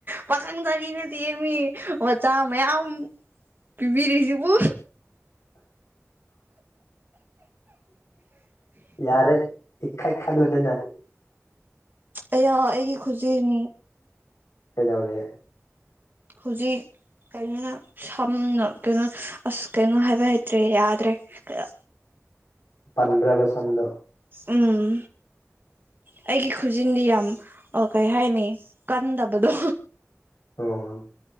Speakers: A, on the right; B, on the left.
A: ꯄꯥꯈꯪ ꯁꯥꯔꯤ ꯅꯠꯇꯤꯌꯦ ꯃꯤ ꯑꯣꯖꯥ ꯃꯌꯥꯝ ꯄꯤꯕꯤꯔꯤꯁꯤꯕꯨ
B: ꯌꯥꯔꯦ ꯏꯈꯠꯈꯠꯂꯗꯅ
A: ꯑꯌꯥ ꯑꯩꯒꯤ ꯈꯨꯖꯤꯟ
B: ꯀꯩꯗꯧꯔꯦ
A: ꯍꯧꯖꯤꯛ ꯀꯩꯅꯣꯅ- ꯁꯝꯅ ꯀꯩꯅꯣ ꯑꯁ ꯀꯩꯅꯣ ꯍꯥꯏꯕ ꯍꯩꯇ꯭ꯔꯦ ꯌꯥꯗ꯭ꯔꯦ ꯑꯌꯥ
B: ꯄꯟꯗ꯭ꯔꯕ ꯁꯝꯗꯣ
A: ꯎꯝ ꯑꯩꯒꯤ ꯈꯨꯖꯤ ꯈꯨꯖꯤꯟꯖꯤ ꯌꯥꯝ ꯑꯥ ꯀꯩ ꯍꯥꯏꯅꯤ ꯀꯟꯗꯕꯗꯣ
B: <unintelligible>